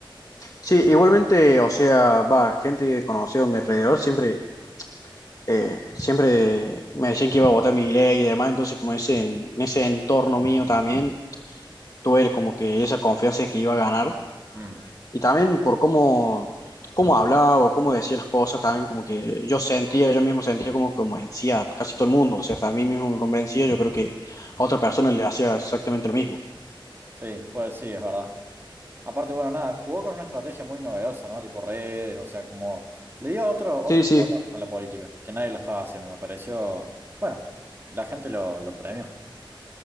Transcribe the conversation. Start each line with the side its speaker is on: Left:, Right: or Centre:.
Left: Sí, igualmente, o sea, va, gente conocida a mi alrededor siempre eh, siempre me decían que iba a votar mi ley y demás, entonces como ese, en ese entorno mío también tuve como que esa confianza de que iba a ganar
Right: Mm.
Left: y también por cómo, cómo hablaba o cómo decía las cosas, también como que yo sentía, yo mismo sentía como como decía casi todo el mundo, o sea, hasta a mí mismo me convencía, yo creo que a otra persona le hacía exactamente lo mismo.
Right: Sí, pues sí, es verdad. Aparte, bueno, nada, jugó con una estrategia muy novedosa, ¿no? Tipo redes, o sea, como le dio otro, otro
Left: Sí, sí,
Right: color a la política, que nadie lo estaba haciendo, me pareció, bueno, la gente lo, lo premió.